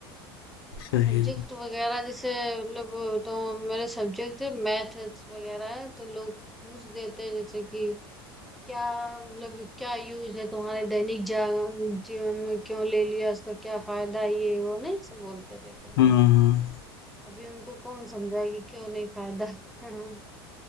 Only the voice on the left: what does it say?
सही
हाँ हाँ।